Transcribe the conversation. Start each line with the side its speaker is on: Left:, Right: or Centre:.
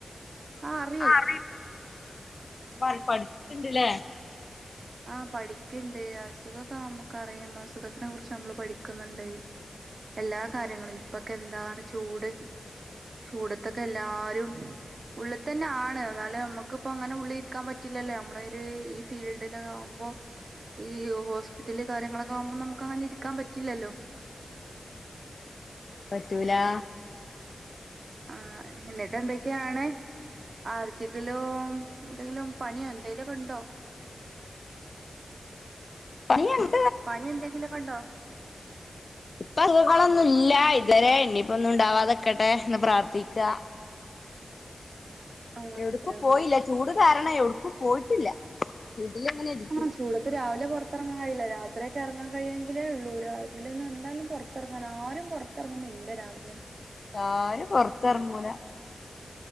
Right: ആ അറിയേ
Left: അറി <unintelligible> പാത് പഠിച്ചിട്ടുണ്ട്ല്ലേ
Right: ആഹ് പഠിക്ക്ണ്ട്, അസുഖൊക്കെ നമുക്കറിയും, അസുഖത്തിനെ കുറിച്ച് നമ്മള് പഠിക്കുന്നുണ്ട്. <inaudible> എല്ലാ കാര്യങ്ങളും. ഇപ്പൊക്കെ എന്താണ് ചൂട് ചൂടത്തൊക്കെ എല്ലാരും ഉള്ള് തന്നാണ്. എന്നാലും നമ്മക്കിപ്പം അങ്ങനെ ഉള്ളിൽ ഇരിക്കാൻ പറ്റില്ലല്ലോ നമ്മള ഒരു ഈ ഫീൽ ഡിലൊക്കെ ആവുമ്പം ഈ ഹോസ്പിറ്റല് കാര്യങ്ങളൊക്കെ ആവുമ്പം നമുക്കങ്ങനെ ഇരിക്കാൻ പറ്റില്ലല്ലോ.
Left: പറ്റൂല
Right: ആഹ് എന്നിട്ട് എന്തൊക്കെയാണ് ആർക്കെങ്കിലും എന്തെങ്കിലും പനിയോ എന്തേലൊക്കെ ണ്ടോ?
Left: പനിയാണ്.
Right: പനി എന്തെങ്കിലൊക്കെണ്ടോ?
Left: ഇപ്പ അസുകളൊന്നും ഇല്ല ഇതുവരെ ഇനിയിപ്പോ ഒന്നും ഉണ്ടാവാതക്കട്ടെ എന്ന് പ്രാർത്ഥിക്കാ.
Right: <inaudible>
Left: എവിട്ക്കും
Right: അത്രേ
Left: പോയില്ല
Right: ഉള്ളൂ
Left: ചൂട് കാരണം എവിടുക്കും പോയിട്ടില്ല വീട്ടില്ങ്ങനെ ഇരിക്കും.
Right: ആഹ് ചൂടത്ത് രാവിലെ പൊറത്തറങ്ങാൻ കഴിയില്ല രാത്രി ഒക്കെ എറങ്ങാൻ കഴിയെങ്കിലേ ഉള്ളൂ രാവിലെ ഒന്നും എന്തായാലും പൊർ ത്തറങ്ങാൻ ആരും പൊർത്തിറങ്ങുന്നില്ല രാവിലെ ഒന്നും.
Left: ആരും പൊറത്തർങ്ങൂല.